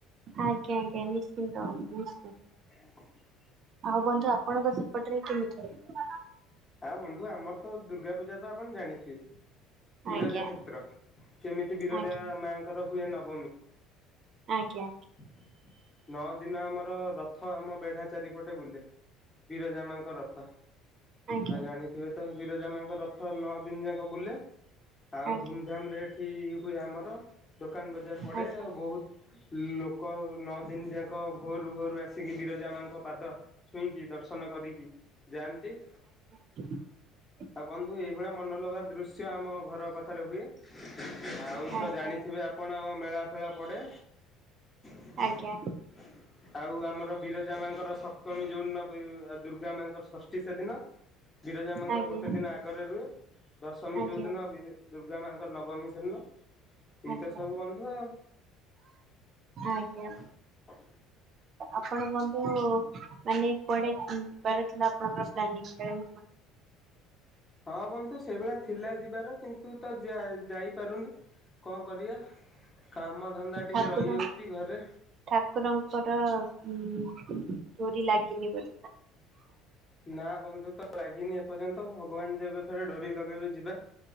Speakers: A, on the right (about 45°); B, on the left (about 20°).
A: ଆଜ୍ଞା ଆଜ୍ଞା ନିଶ୍ଚିନ୍ତ ହ ନିଶ୍ଚିନ୍ତ
B: <inaudible>
A: ଆଉ ବନ୍ଧୁ ଆପଣଙ୍କ ସେପଟରେ କେମିିତି ହୁଏ?
B: ଆଉ ବନ୍ଧୁ ଆମର ତ ଦୁର୍ଗା ପୂଜା ତ ଆପଣ ଜାଣିଥିବେ ବିରଜା
A: ଆଜ୍ଞା
B: କ୍ଷେତ୍ର କେମିତି ବିରଜା
A: ଆଜ୍ଞା
B: ମାଙ୍କର ହୁଏ ନବମୀ
A: ଆଜ୍ଞା
B: <inaudible> ନଅ ଦିନ ଆମର ରଥ ଆମ ବେଢା ଚାରିପଟେ ବୁଲେ। ବିରଜାମାଙ୍କ ରଥ
A: ଆଜ୍ଞା
B: ଆଉ ଜାଣିଥିବେ ବିରଜା ମାଙ୍କ ରଥ ନଅ ଦିନ ଯାକ ବୁଲେ। ଆଉ
A: ଆଜ୍ଞା
B: ଧୁମଧାମ ରେ ଏଠି ହୁଏ ଆମର ଦୋକାନ ବଜାର
A: ଆଜ୍ଞା
B: ପଡ଼େ। ଆଉ ବହୁତ ଲୋକ ନଅ ଦିନ ଯାକ ଭୋରୁ ଭୋରୁ ଆସିକି ବିରଜା ମାାଙ୍କ ପାଦ ଛୁଇଁକି ଦର୍ଶନ କରିକି ଯାଆନ୍ତି।
A: ହ <inaudible>
B: ଆଉ ବନ୍ଧୁ ଏଇଭଳିଆ ମନଲୋଭା ଦୃଶ୍ୟ ଆମ ଘର ପାଖରେ ହୁଏ। ଆଉ
A: ଆଜ୍ଞା
B: ତ
A: ଆଜ୍ଞା
B: ଜାଣିଥିବେ ଆପଣ ମେଳା ଫେଳା ପଡେ। <inaudible>
A: ଆଜ୍ଞା
B: ଆଉ ଆମର ବିରଜା ମାଙ୍କର ସପ୍ତମୀ ଯୋଉ ଦିନ ଦୁର୍ଗା ମାଙ୍କର ଷଷ୍ଠୀ ସେଦିନ ବିରଜା ମାଙ୍କର
A: ଆଜ୍ଞା
B: ଗୋଟେ ଦିନ ଆଗରେ ରୁହେ ଦଶମୀ
A: ଆଜ୍ଞା
B: ଯୋଉ ଦିନ ଦୁର୍ଗା ମାଙ୍କର ନବମୀ ସେଦିନ। ଏଇ
A: ଆଜ୍ଞା
B: ତ ସବୁ ବନ୍ଧ ଆଉ। <inaudible>
A: ଆଜ୍ଞା ଆପଣ ବନ୍ଧୁ ମାନେ କୁଆଡେ ଯିବାର ଥିଲା ଆପଣଙ୍କ ପ୍ଲାନିଙ୍ଗ
B: ହଁ ବନ୍ଧୁ ସେଇଭଳି ଥିଲା ଯିବାର କିନ୍ତୁ ତ ଯାଇପାରୁନି କଣ କରିବା କାମ ଧନ୍ଦା ଟିକେ
A: ଠାକୁର
B: ରହିଯାଉଛି ଘରେ
A: ଠାକୁରଙ୍କର ଉ ଡୋରି ଲାଗିଲି ବ
B: ନା ବନ୍ଧୁ ତ ଲାଗିନି ଏପର୍ଯ୍ୟନ୍ତ, ଭଗବାନ ଯେବେ ଫେରେ ଡୋରି ଲଗେଇବେ ଯିବା।